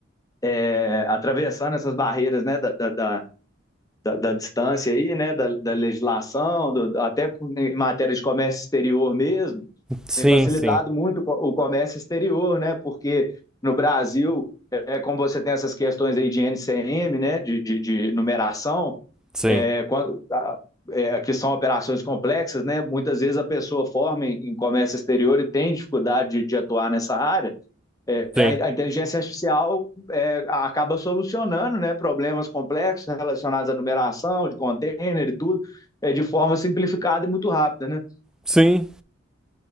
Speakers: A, on the left (about 20°); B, in the centre.
A: é, atravessando essas barreiras né, da, da, da, da distância, aí, né, da, da legislação, do, até em matéria de comércio exterior mesmo.
B: sim,
A: Tem facilitado
B: sim,
A: muito o comércio exterior, né, porque no Brasil, é, como você tem essas questões aí de NCM, né, de, de, de numeração,
B: sim,
A: é, quando, a, é, que são operações complexas, né? Muitas vezes a pessoa forma em, em comércio exterior e tem dificuldade de, de atuar nessa área. É,
B: sim,
A: a, a, inteligência artificial é, acaba solucionando, né? Problemas complexos relacionados à numeração de container e tudo, é, de forma simplificada e muito rápida, né?
B: sim,